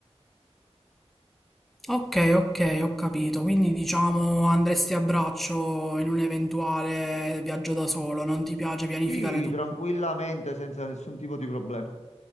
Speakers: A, in the centre; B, on the left.
A: Ok, ok, ho capito. Quindi diciamo andresti a braccio in un eventuale viaggio da solo, non ti piace pianificare
B: Sì,
A: tutto.
B: tranquillamente, senza nessun tipo di problema.